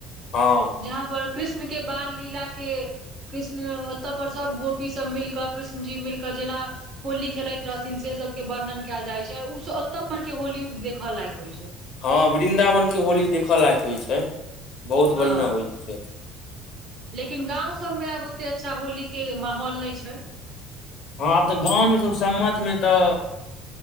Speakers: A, on the left; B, on the right.
A: हँ।
B: जहा पर कृष्ण के बाल लीला के, कृष्ण ओतऽ पर सब गोपी सब मिलकऽ कृष्ण जी मिलके जेना होली खेलैत रहथिन, से सब के वर्णन कयल जाइ छै उ सब तऽ पर के होली देखऽ लायक होइ छै।
A: हँ वृन्दावन के होली देखऽ लायक होइ छै, बहुत
B: हँ
A: बढ़ियां होइ छै।
B: लेकिन गाँंव सब में आब ओते अच्छा होली के माहौल नै छै।
A: हँ आब तऽ गाँवमें सब सम्मत मे तऽ